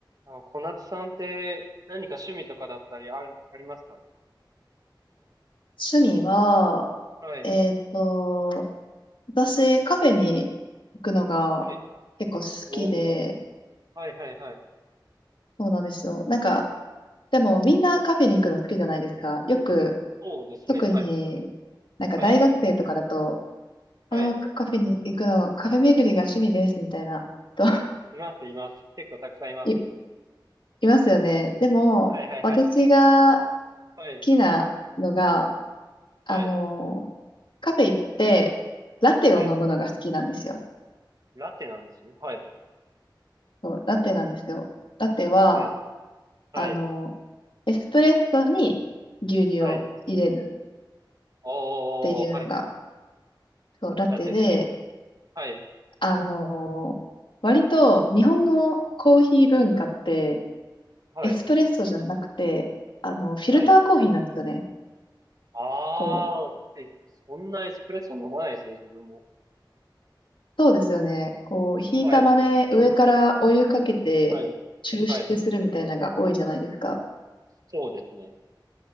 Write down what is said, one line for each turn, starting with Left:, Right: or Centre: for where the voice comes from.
Right: あ、小夏さんって何か趣味とかだったりあり、ありますか
Left: 趣味は、
Right: はい。
Left: えっと、私、カフェに行くのが結構好きで、
Right: はい。おー。はいはいはい。
Left: そうなんですよ。なんか、でもみんなカフェに行くの好きじゃないですか。よく、
Right: そうですね。
Left: 特になんか大学生とかだと、
Right: はい。はい。
Left: ああ、
Right: はい。
Left: カフェに行くの、カフェ巡りが趣味です、みたいな、と、
Right: います、います。結構たくさんいますね。
Left: い、いますよね。でも、
Right: はいはいはい。
Left: 私が好
Right: はい。
Left: きなのが、あの、
Right: はい。
Left: カフェ行って、ラテを飲むのが好きなんですよ。
Right: はい。ラテなんですね。はい。
Left: そう、ラテなんですよ。ラテは、
Right: はい。はい。
Left: あの、エスプレッソに牛乳を入れる
Right: はい。おー。
Left: っていうのが、
Right: はいはい。
Left: そう、ラテで、
Right: ラテで。はい。
Left: あの、割と日本のコーヒー文化って、
Right: はい。
Left: エスプレッソじゃなくて、あの、フィルターコーヒーなんですよね。
Right: はい。あー。
Left: こう、
Right: だってそんなエスプレッソ飲まないですね、自分も。
Left: そうですよね。こう、ひいた豆、
Right: はい。
Left: 上からお湯かけて抽出するみたいなのが多いじゃないですか。
Right: はい。はい。そうですね。